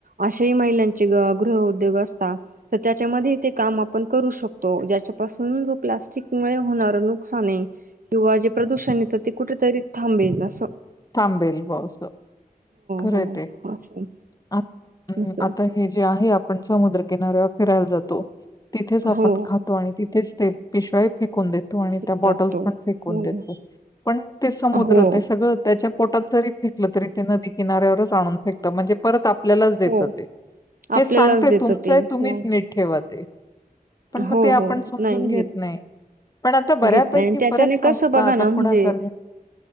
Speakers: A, on the right; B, on the left.
A: अशे महिलांचे गृह उ्योग असत त्याच्यामध्ये ते काम आपण करू शकतो ज्याच्या पासून जो प्लास्टिक त्यामुळे होणार नुकसान आहे किंवा ज प्रदूषण येतं ते कुठेतरी थांबेला अस.
B: तांबेरी पावस खरं
A: हो
B: ते
A: असं
B: आ
A: असं
B: आता हे जे आहे. आपण समुद्रकिनाऱ्यावर फिरायला जातो. तिथेच आपण
A: हो
B: खातो आणि तिथ. तेच ते पिशव्या हि फे फेकून देतो आणि
A: तसच
B: त्या बॉटल्स
A: टाकतो
B: पण फेकून
A: हो
B: देतो पण ते समुद्र
A: हो
B: ते सगळं पोटात जरी फेकलं तरी ते नदी किऱ्यावरच आण फेकत म्हणजे परत आपल्यालाच देत
A: हो
B: ते ते
A: आपल्यालाच
B: सांगते
A: देतं
B: तुमचंय
A: ते
B: तुम्हीच
A: हो
B: नीट ठेवा ते पण मग
A: हो
B: ते आपण
A: हो
B: समजून
A: नाही
B: घेत नाही पण आता बऱ्यापैकी
A: घेत नाही आणि त्याच्याने
B: परत संस्था
A: कसं बघा
B: आता
A: ना म्हणजे
B: पुढाकार घेतात.